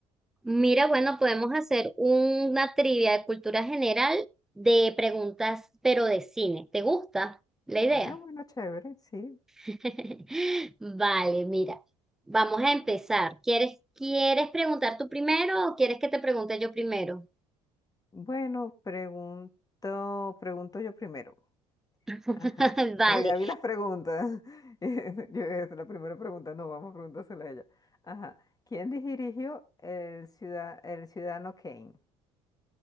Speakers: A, in the centre; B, on the left (about 25°).
A: Mira, bueno, podemos hacer una trivia de cultura general de preguntas, pero de cine. ¿Te gusta la idea?
B: Ah, bueno, chévere, sí.
A: <laughs> Vale, mira, vamos a empezar. ¿Quieres, quieres preguntar tú primero o quieres que te pregunte yo primero?
B: Bueno, pregunto, pregunto yo primero.
A: <laughs>
B: Ajá,
A: Vale.
B: porque ya vi las preguntas. <laughs> Yo, es la primera pregunta, no, vamos a preguntársela a ella. Ajá, ¿quién dirigió el ciudad, el Ciudadano Kane?